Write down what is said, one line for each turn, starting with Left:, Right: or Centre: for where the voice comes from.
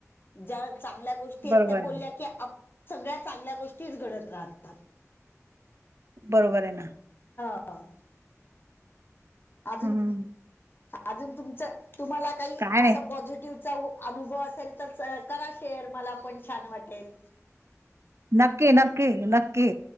Left: ज्या चांगल्या गोष्टी
Right: बरोबर
Left: ति आता
Right: आहे
Left: बोल्या की आप, सगळ्या चांगल्या गोष्टी घडत रातात.
Right: बरोबर आहे ना.
Left: हा अजून,
Right: हम्म.
Left: अजून तुमच तुम्हाला काही
Right: काय नाही
Left: असा पॉझिटिव्ह चा अनुभव असेल, तर करा शेअर मला पण छान वाटेल.
Right: नक्की, नक्की, नक्की,